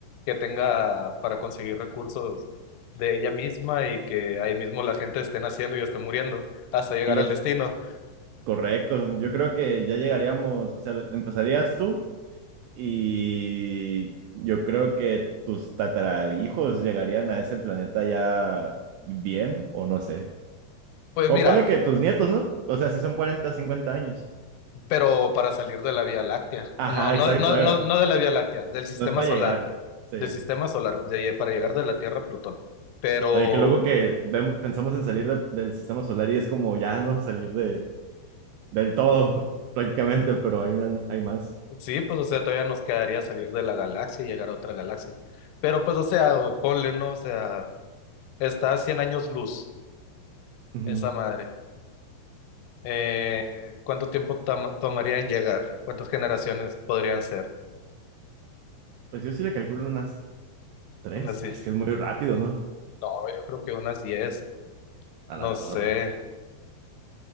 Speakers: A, on the left; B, on the right.
A: que tenga para conseguir recursos de ella misma y que ahí mismo la gente esté naciendo y esté muriendo hasta llegar
B: y los,
A: al destino.
B: correcto, yo creo que ya llegaríamos, o sea, empezarías tú. Y yo creo que tus tatarahijos llegarían a ese planeta ya bien, o no sé.
A: Pues
B: O
A: mira,
B: ponle que tus nietos, ¿no? O sea, si son 40 50 años.
A: pero para salir de la Vía Láctea.
B: Ajá,
A: No, no,
B: exacto.
A: no, no, no de la Vía Láctea, del sistema
B: No es para
A: solar,
B: llegar. Sí.
A: del sistema solar, de- para llegar de la Tierra a Plutón. Pero
B: Oye, qué loco que vemos- pensamos en salir de- del sistema solar y es como ya, ¿no? Salir de, del todo, <laughs> prácticamente, pero hay una, hay más.
A: sí, pues o sea, todavía nos quedaría salir de la galaxia y llegar a otra galaxia. Pero pues, o sea, güey, ponle, ¿no? O sea, Está a 100 años luz,
B: Ujú.
A: esa madre. Eh, ¿cuánto tiempo tam- tomaría en llegar? ¿Cuántas generaciones podrían ser?
B: Pues yo sí le calculo unas tres.
A: Unas 10?
B: Es que es muy rápido, ¿no?
A: No, yo creo que unas 10. No
B: A la
A: sé.
B: torre.